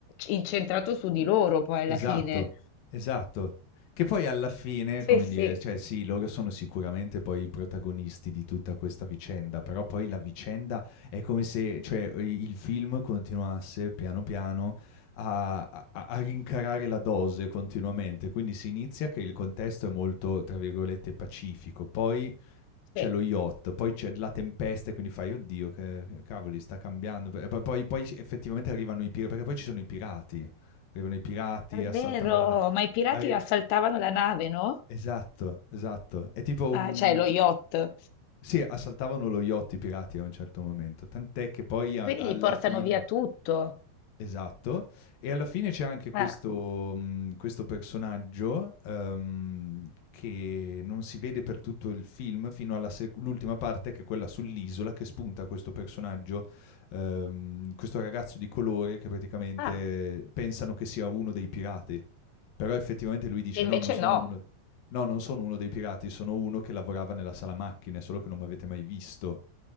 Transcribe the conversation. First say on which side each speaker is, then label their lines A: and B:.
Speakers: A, on the left; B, on the left.
A: incentrato su di loro poi alla
B: Esatto,
A: fine.
B: esatto. Che poi alla fine,
A: Sì,
B: come
A: sì,
B: dire, cioè sì, loro sono sicuramente poi i protagonisti di tutta questa vicenda, però poi la vicenda è come se, cioè, i il film continuasse piano piano a a a rincarare la dose continuamente. Quindi si inizia che il contesto è molto, tra virgolette, "pacifico", poi c'è
A: sì,
B: lo yacht, poi c'è la tempesta e quindi fai, oddio, che, che cavoli, sta cambiando. E poi, poi- poi effettivamente arrivano i pirati, perché poi ci sono i pirati. Arrivano i pirati,
A: è vero,
B: assaltano la nave.
A: ma i pirati
B: Arri-
A: assaltavano la nave, no?
B: Esatto, esatto. È tipo un...
A: Ah, cioè lo yacht,
B: Sì, assaltavano lo yacht i pirati a un certo momento, tant'è che poi a-
A: quindi
B: alla
A: gli portano
B: fine...
A: via tutto.
B: Esatto, e alla fine c'è anche questo,
A: Ah,
B: mh, questo personaggio ehm, che non si vede per tutto il film fino all'ultima parte che è quella sull'isola che spunta questo personaggio, ehm, questo ragazzo di colore che praticamente
A: ah,
B: pensano che sia uno dei pirati, però effettivamente lui dice
A: e invece
B: no, non sono
A: no,
B: uno, no, non sono uno dei pirati, sono uno che lavorava nella sala macchine, solo che non mi avete mai visto.